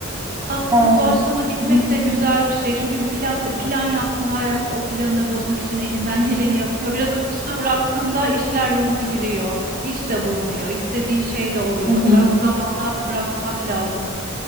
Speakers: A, on the right (about 45°); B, on the right (about 20°).
A: Aslında
B: E,
A: doğaçlama gitmek
B: hı
A: de güzel bir şey. Çünkü bir plat, plan yaptığında hayat o planı bozmak için elinden geleni yapıyor. Biraz akışına bıraktığında işler yoluna giriyor. İş de bulunuyor. İstediğin şey de oluyor.
B: hı.
A: Biraz
B: <laughs>
A: zamana bırakmak lazım.